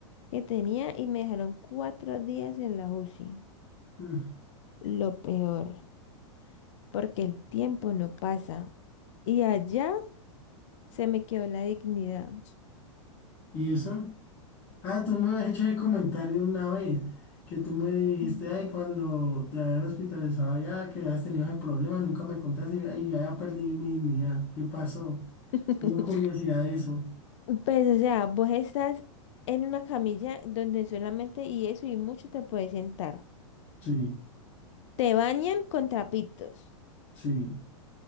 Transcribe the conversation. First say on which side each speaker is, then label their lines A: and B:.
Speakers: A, on the left; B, on the left.
A: que tenía y me dejaron cuatro días en la UCI.
B: mm.
A: Lo peor, porque el tiempo no pasa y allá se me quedó la dignidad.
B: ¿Y eso? Ah, tú me has hecho ese comentario una vez, que tú me dijiste,
A: Mm.
B: ay, cuando te habían hospitalizado ya, que habías tenido ese problema, nunca me contaste, y yo, ay, ya, ya perdí mi dignidad, ¿qué pasó?
A: <laughs>
B: Tengo curiosidad de eso.
A: Pues, o sea, vos estás en una camilla donde solamente y eso y mucho te puedes sentar.
B: Sí,
A: Te bañan con trapitos.
B: sí,